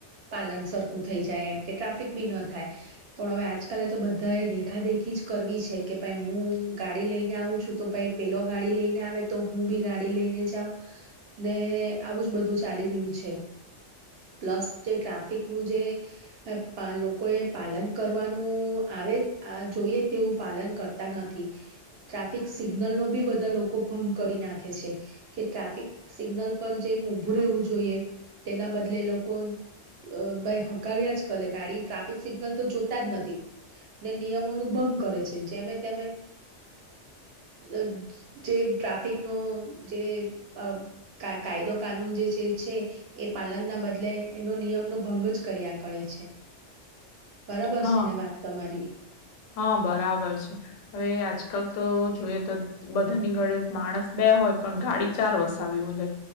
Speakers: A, on the right; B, on the left.
A: પાલન સરખું થઈ જાય એમ, કે ટ્રાફિક બી ન થાય, પણ હવે આજકાલે તો બધાએ દેખા દેખી જ કરવી છે, કે ભાઈ હું ગાડી લઈને આવું છું તો ભાઈ પેલો ગાડી લઈને આવે તો હું બી ગાડી લઈને જાઉં, ને આવું જ બધું ચાલી રહ્યું છે. પ્લસ જે ટ્રાફિકનું જે અહ પાલ લોકો એ પાલન કરવાનું આવે આ જોઈએ તેવું પાલન કરતા નથી. ટ્રાફિક સિગ્નલ નો બી બધા લોકો ભંગ કરી નાખે છે. કે ટ્રાફિક સિગ્નલ પર જેમ ઉભું રહેવું જોઈએ તેના બદલે એ લોકો અહ ભાઈ હકાવ્યા જ કલે ગાડી ટ્રાફિક સિગ્નલ તો જોતા જ નથી, ને નિયમો નું ભંગ કરે છે, જેમે તેમે અહ જે ટ્રાફિકનો જે અહ કા કાયદો કાનૂન જે છે એ પાલન ના બદલે એનો નિયમનો ભંગ જ કર્યા કરે છે. બરબર
B: હા
A: છે ને વાત તમારી?
B: હા બરાબર છે. હવે આજકાલ તો જોઈએ તો બધાની ઘડે માણસ બે હોય પણ ગાડી ચાર વસાવી હોય લે,